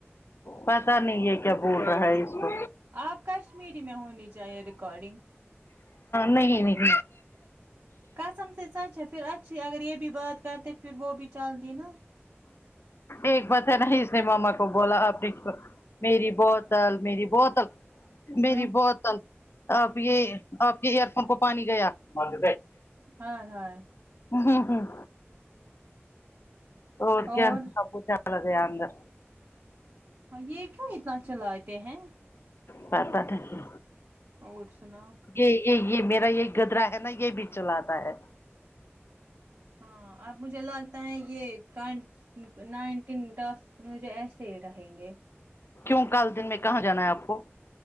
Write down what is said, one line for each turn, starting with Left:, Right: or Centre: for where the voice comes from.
Left: پتا نہیں ہے کیا بول رہا ہے اس کو
Right: آپ کشمیری میں ہونی چاہیے ریکارڈنگ
Left: نہیں نہیں
Right: قسم سے سچ پھر اچھی اگر یہ بھی بات کر تو پھر وہ بھی چلدی نا
Left: ایک بات ہے نا اس نے ماما کو بولا آپ نے میری بہت میری بہت میری
Right: ہ
Left: بہت آپ یہ آپ کے ایئر فون کو پانی گیا ہوں
Right: ہائے ہائے
Left: ہوں اوڑ
Right: اور
Left: کے اپکو چل رہیا اندر
Right: یہ کیوں اتنا چلاتے ہیں
Left: پاتا تھاکے
Right: اور سنا
Left: یہ یہ یہ میرا یہ گدرا ہے نا یہ بھی چلاتا ہے
Right: ہاں اب مجھے لگتا ہے یہ کن نائنٹینسک مجھے ایسے ہی رہیں گے
Left: کیوں کال دن میں کہاں جانا ہے آپ کو